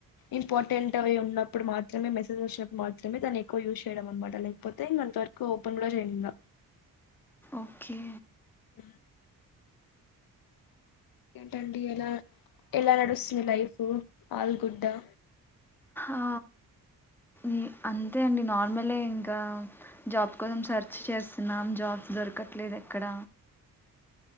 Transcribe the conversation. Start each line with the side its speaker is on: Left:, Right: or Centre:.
Left: ఇంపార్టెంట్ అవి ఉన్నప్పుడు మాత్రమే మెసేజ్ వచ్చినప్పుడు మాత్రమే దాన్ యూస్ చేయడం అనమాట లేకపోతే ఇంకంతవరకు ఓపెన్ గుడ చేయనింగా
Centre: ఓకే
Left: హ్మ్ ఇంకేంటండి ఎలా ఎలా నడుస్తుంది లైఫ్ ఆల్ గుడ్డా
Centre: ఆ, ఈ- అంతే అండి నార్మలే ఇంకా జాబ్ కోసం సెర్చ్ చేస్తున్నాం జాబ్స్ దొరకట్లేదే ఎక్కడ